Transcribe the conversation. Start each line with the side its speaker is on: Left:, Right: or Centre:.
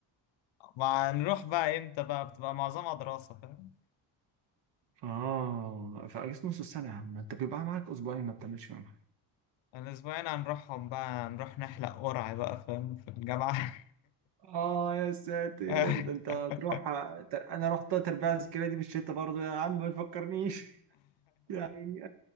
Left: ما نروح بقى إمتى بقى بتبقى معظمها دراسة فاهم
Right: آه في أجازة نص السنة يا عم أنت بيبقى معاك أسبوعين ما بتعملش فيهم
Left: الأسبوعين هنروحهم بقى نروح نحلق قرع بقى فاهم في الجامعة
Right: اه يا ساتر
Left: <laughs>
Right: ده انت هتروح انا رحت تربية عسكرية دي بالشتا برضه يا عم ما تفكرنيش <laughs> يعني